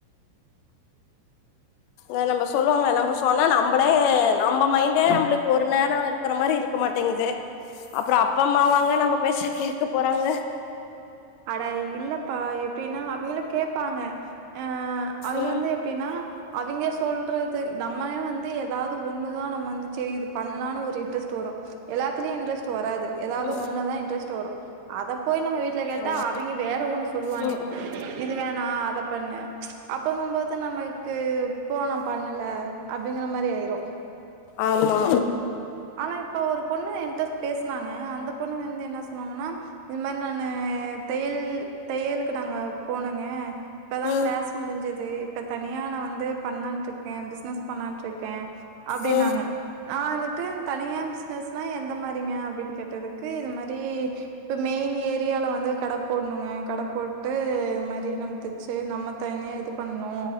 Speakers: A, on the left; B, on the right.
A: ஆ நம்ப சொல்வம்ல நம்ப சொன்னா நம்ளே நம்ப மைண்டே நம்ளுக்கு ஒரு நேரோ இருக் இருக்குற மாரி இருக்க மாட்டேங்குது அப்றோ அப்பா அம்மாவாங்க நம்ம பேச்ச கேக்க போறாங்க
B: அட இல்லப்பா எப்டின்னா அப்பில்லா கேப்பாங்க அ அவிங்க
A: ம்
B: வந்து எப்டின்னா அவிங்க சொல்றது நம்லே வந்து எதாது ஒன்னு தா நம்ம வந்து செரி இது பண்லான்னு ஒரு இன்ட்ரெஸ்ட் வரு எல்லாத்துலயு இன்ட்ரஸ்ட் வராது எதாது
A: ம்
B: ஒன்ல
A: ம்
B: தா இன்ட்ரஸ்ட் வரு அத போய் நம்ம வீட்ல த்தா
A: ஆமா
B: அவிங்க வேற ஒன்னு சொல்லுவாய்ங்க
A: ம் ம்
B: இது வேணா அத பண்ணு அப்பங்கும்போது தா நமக்கு போ நா பண்ணல அப்டிங்கற மாரி ஆயிரு
A: ஆமா
B: ஆனா இப்ப ஒரு பொண்ணு என்ட்ட பேஸ்னாங்க அந்த பொண்ணு வந்து என்ன சொன்னாங்கனா இது மேரி நானு தையல் தையலுக்கு நாங்க போனங்க இப்பதா
A: ம் ம்
B: கிளாஸ் முடிஞ்சிது இப்ப தனியா நா வந்து பண்லான்ருக்கே பிஸ்னஸ் பண்லான்ட்ருக்கே அப்டின்னாங்க
A: ம்
B: நா வந்துட்டு தனியா பிஸ்னஸ்னா எந்த மாரிங்க அப்டின் கேட்டதுக்கு இது மாரி இப்ப மெயின் ஏரியால வந்து கட போட்ணுங்க கட போட்டு இது மாரி நம்ம தச்சு நம்ம தனியா இது பண்ணு